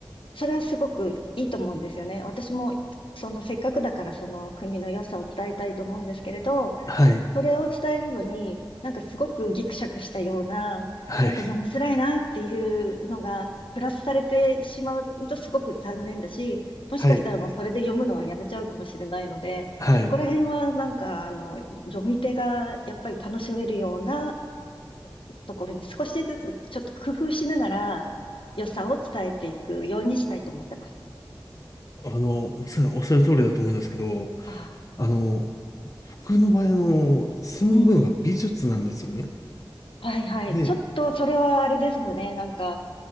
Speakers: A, on the left (about 75°); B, on the left (about 40°).
A: う、それはすごくいいと思うんですよね。私も、そのせっかくだからその国の良さを伝えたいと思うんですけれど、
B: はい、
A: それを伝えるのに、なんかすごくギクシャクしたような、
B: はい、
A: なんか読みづらいなっていうのが、プラスされてしまうとすごく残念だし、もしかしたらもうそれで読むのをやめちゃうかもしれないので、
B: はい、はい。
A: そこら辺はなんか、あの、読み手がやっぱり楽しめるようなところに少しずつちょっと工夫しながら良さを伝えていくようにしたいと思ってます。
B: あの、まさにおっしゃる通りだと思うんですけど、
A: ああ、
B: あの、僕の場合、あの、専門分野が美術なんですよね。
A: うん。はいはい。
B: で、
A: ちょっとそれはあれですよね。なんか、